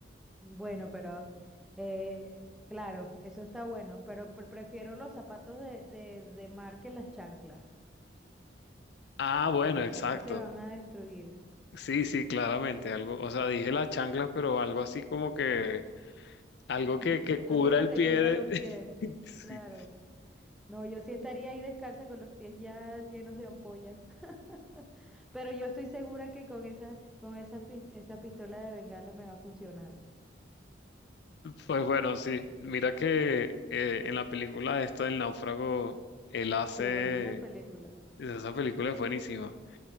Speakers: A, in the centre; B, on the left (about 60°).
A: Bueno, pero eh, claro, eso está bueno, pero pre- prefiero los zapatos de, de, de mar que las chanclas.
B: Ah,
A: porque
B: bueno,
A: las
B: exacto.
A: chaclas se van a destruir.
B: Sí, sí, claramente, algo, o sea, dije las chanclas, pero algo así como que Algo
A: <laughs>
B: que, que cubra
A: Algo que
B: el
A: te
B: pie
A: cubra
B: de-
A: los pies,
B: <laughs> Sí.
A: claro. No, yo sí estaría ahí descalza con los pies ya llenos de ampollas, <laughs> pero yo estoy segura que con esa, con esas, pis- esa pistola de bengala me va a funcionar.
B: Pues bueno, sí. Mira que eh, en la película esto del náufrago, él hace...
A: Qué buena esa película.
B: Esa película es buenísima.